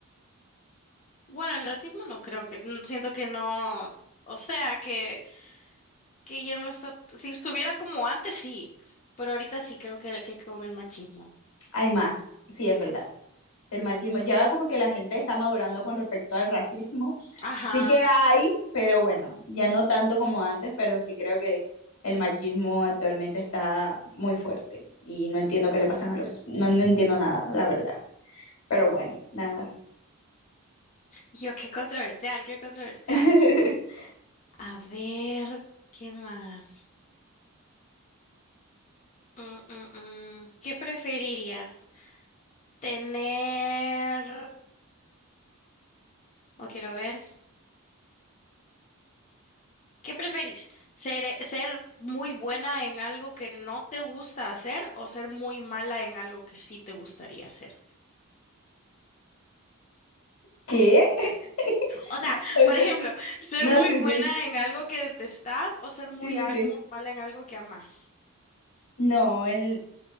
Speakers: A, on the left; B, on the left.
A: Bueno, el racismo no creo que, mm, siento que no, o sea, que, que ya no está, si estuviera como antes, sí, pero ahorita sí creo que, que con el machismo.
B: Hay más, sí, es verdad. El machismo, ya como que la gente está madurando con respecto al racismo,
A: Ajá.
B: Sí que hay, pero bueno, ya no tanto como antes, pero sí creo que el machismo actualmente está muy fuerte y no entiendo qué le pasan a los, no, no entiendo nada, la verdad. Pero bueno, nada.
A: Yo, qué controversial, qué controversial.
B: <laughs>
A: A ver, ¿qué más? Mm, mm, mm. ¿Qué preferirías? ¿Tener... O quiero ver. ¿Qué preferís? ¿Ser, ser muy buena en algo que no te gusta hacer o ser muy mala en algo que sí te gustaría hacer?
B: ¿Qué? <laughs>
A: O sea,
B: O
A: por
B: sea,
A: ejemplo, ser
B: no,
A: muy
B: sí,
A: buena
B: sí,
A: en algo que detestás o ser muy,
B: sí, sí,
A: al-
B: sí.
A: muy mala en algo que amás.
B: No, en,